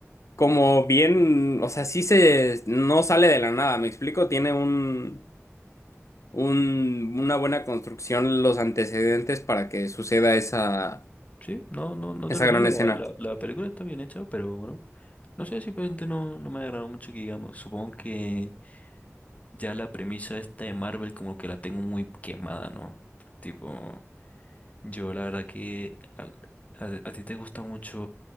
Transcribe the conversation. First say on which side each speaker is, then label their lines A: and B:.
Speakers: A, on the left; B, on the left.
A: como bien, o sea, sí se, no sale de la nada, ¿me explico? Tiene un, un, una buena construcción los antecedentes para que suceda esa,
B: Sí, no, no, no
A: esa
B: te lo
A: gran
B: niego.
A: escena.
B: La, la, la película está bien hecha, pero bueno. No sé, simplemente no, no me agradó mucho que digamos. Supongo que Ya la premisa esta de Marvel como que la tengo muy quemada, ¿no? Tipo, yo la verdad que al- a, a ti te gusta mucho